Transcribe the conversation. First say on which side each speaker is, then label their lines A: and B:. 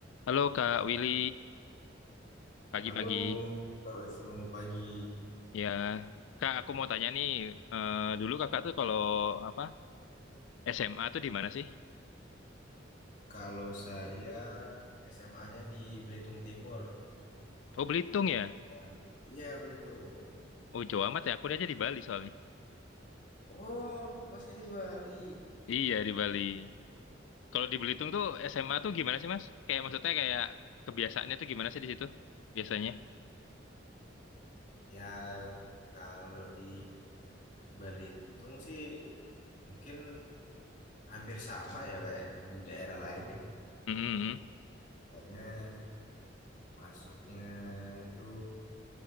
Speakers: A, on the left; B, on the left.
A: Halo Kak Willy, pagi-pagi.
B: Halo, Kak Wisnu pagi.
A: Ya, Kak aku mau tanya nih, eh, dulu Kakak tuh kalau apa SMA tuh di mana sih?
B: Kalau saya SMA-nya di Belitung Timur,
A: Oh Belitung
B: Kepulauan.
A: ya?
B: Iya, Belitung.
A: Oh Jawa amat ya, aku aja di Bali soalnya.
B: Oh, masnya di Bali.
A: Iya di Bali. Kalau di Belitung tuh SMA tuh gimana sih Mas? Kayak maksudnya kayak kebiasaannya tuh gimana sih di situ biasanya?
B: Ya, kalau di Belitung sih mungkin hampir sama ya kayak yang di daerah lain ya.
A: Mm-mm.
B: Soalnya masuknya itu